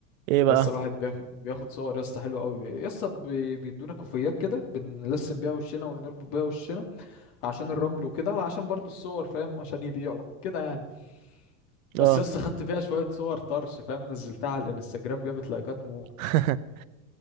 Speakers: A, on the right (about 80°); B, on the left (about 60°).
A: ايه بقى
B: يسطا الواحد بياخد بياخد صور يسطا حلوة قوي يسطا بي- بيدونا كوفيات كده بنلسم بيها وشنا ونربط بيها وشنا عشان الرمل وكده وعشان برضو الصور فاهم عشان يبيعوا كده يعني بس
A: اه
B: يسطا خدت فيها شوية صور طرش فاهم نزلتها على الانستجرام جابت لايكات مو
A: <laughs>